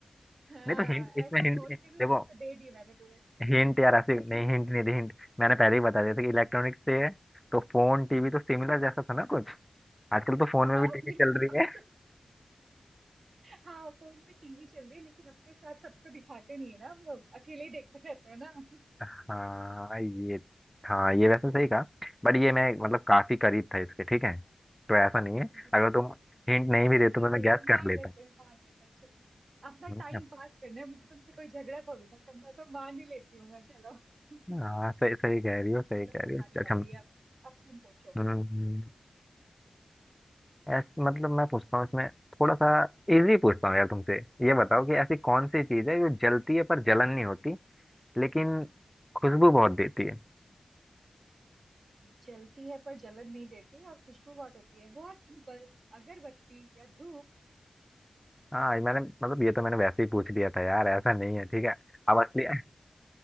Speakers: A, on the right; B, in the centre.
A: हाँ
B: नहीं तो हिंट इसमें
A: ऐसा
B: हिंट
A: बोल
B: देखो
A: के भी हिंट दे दी मैंने तुम्हें ठीक
B: हिंट यार
A: है
B: ऐसे नहीं
A: <laughs>
B: हिंट नहीं दे हिंट मैंने पहले ही बता दिया था कि इलेक्ट्रॉनिक्स से है तो फोन टीवी तो सिमिलर जैसा था ना कुछ आजकल तो फोन
A: हाँ
B: में भी टीवी
A: बिल्कुल
B: चल रही
A: अब
B: है
A: तो हाँ फोन में टीवी चल रही है लेकिन अपने साथ सबको दिखाते नहीं है ना हम लोग अकेले ही देखते रहते हैं ना हाँ,
B: हाँ ये हाँ ये वैसे सही कहा बट ये मैं मतलब काफी करीब था इसके ठीक है तो ऐसा नहीं है
A: बिल्कुल बिल्कुल
B: अगर तुम हिंट नहीं भी देते
A: बिल्कुल
B: तो मैं
A: बिल्कुल
B: गैस
A: मान
B: कर लेता
A: लेते हैं मान लेते हैं चलो अपना
B: हूँ।
A: टाइम
B: हम्म,
A: पास करना है मुझे तुमसे कोई झगड़ा थोड़ी ना करना है, तो मान ही लेती हूँ मैं चलो <laughs>
B: हाँ सही सही कह रही हो सही
A: चलो
B: कह
A: तुम्हारी
B: रही हो अच्छा
A: बारी
B: हम्म,
A: है अब अब तुम पूछो
B: हम्म, ऐसे मतलब मैं पूछता हूँ इसमें थोड़ा सा इजी पूछता हूँ यार तुमसे ये बताओ कि ऐसी कौन सी चीज है जो जलती है पर जलन नहीं होती लेकिन खुशबू बहुत देती है
A: जलती है पर जलन नहीं देती और खुशबू बहुत होती है बहुत सिंपल अगरबत्ती या धूप
B: हाँ ये मैंने मतलब ये तो मैंने वैसे ही पूछ लिया था यार ऐसा नहीं है ठीक है अब असली